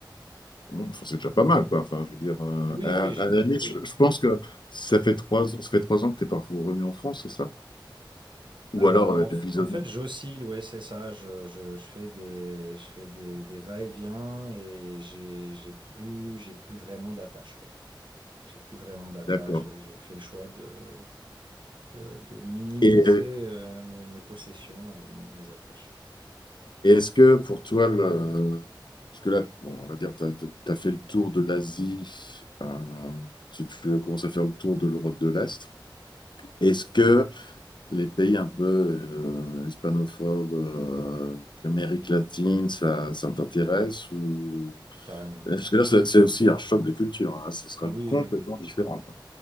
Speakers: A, on the left; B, on the right.
A: bon, enfin, c'est déjà pas mal, quoi. Enfin, je veux dire, euh,
B: Oui,
A: à,
B: oui, j'ai
A: à
B: fait,
A: la limite,
B: oui.
A: je, je pense que ça fait trois ans, ça fait trois ans que tu n'es pas revenu en France, c'est ça? Ou
B: Euh,
A: alors,
B: en,
A: euh,
B: f-
A: visa-
B: en fait, j'oscille, ouais, c'est ça. Je, je, je fais des, je fais des, des va-et-vient et j'ai, j'ai plus, j'ai plus vraiment d'attache, quoi. J'ai plus vraiment d'attache.
A: D'accord.
B: J'ai fait le choix de, de, de minimiser
A: Et,
B: euh, mes, mes possessions et mes mes attaches,
A: et est-ce que pour toi, le... parce que là, bon, on va dire, tu as, fait le tour de l'Asie, euh, tu tu commences à faire le tour de l'Europe de l'Est. Est-ce que les pays un peu euh, hispanophobes, euh, l'Amérique latine, ça, ça t'intéresse ou...
B: carrément.
A: Parce que là, c'est c'est aussi un choc de culture. hein. Ce sera
B: Ah oui,
A: complètement
B: oui, oui.
A: différent. quoi.